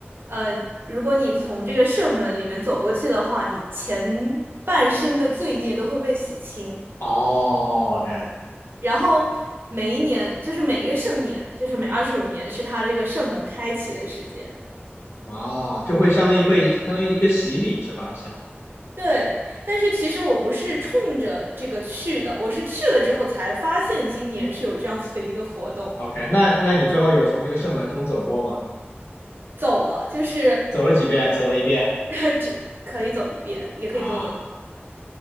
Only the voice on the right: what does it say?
呃，如果你从这个圣门里面走过去的话，你前半生的罪孽都会被洗清。
然后每一年，就是每一个圣年，就是每二十五年，是他这个圣门开启的时间。
对，但是其实我不是冲着这个去的，我是去了之后才发现今年是有这样子的一个活动，
走了，就是
<laughs> 只可以走一遍，也可以多走，